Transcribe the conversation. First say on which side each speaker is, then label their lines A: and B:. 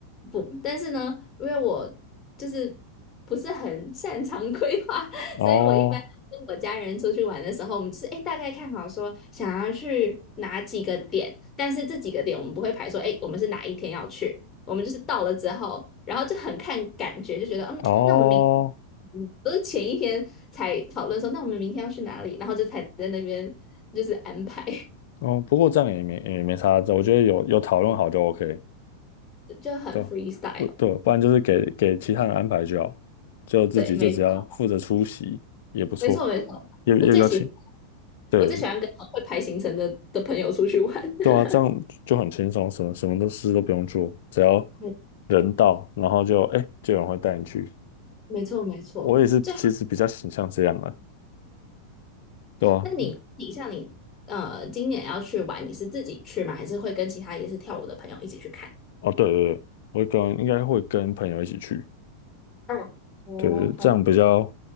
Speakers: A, on the left (about 20°); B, on the left (about 55°).
A: 不，但是呢，因为我就是不是很擅长 <laughs> 规划，
B: 哦。
A: 所以我一般跟我家人出去玩的时候，我们就是哎大概看好说想要去哪几个点，但是这几个点我们不会排说哎我们是哪一天要去，我们就是到了之后，然后就很看感觉，就觉得嗯，
B: 哦，
A: 那我们明嗯都是前一天才讨论说那我们明天要去哪里，然后就才在那边就是安排，
B: 哦，不过这样也没也没啥，这我觉得有有讨论好就 OK，
A: <laughs> 就很
B: 对，
A: freestyle。
B: 不对，不然就是给给其他人安排就好，就自己就只要负责出席也不错，
A: 对，没错，没错，没错，
B: 也也比较轻，
A: 我最喜欢。
B: 对
A: 我最喜欢跟会排行程的的朋友出去玩。<laughs>
B: 对啊，这样就很轻松，什么什么都事都不用做，只要
A: 没
B: 人到，然后就哎就有人会带你去。
A: 没错没错，
B: 我也是，
A: 就
B: 其实比较倾向这样啊，对啊，
A: 那你你像你呃，今年要去玩，你是自己去吗？还是会跟其他也是跳舞的朋友一起去看？
B: 哦对对对，我会跟应该会跟朋友一起去，
A: 嗯，哦，
B: 对，这样比较，
A: 好，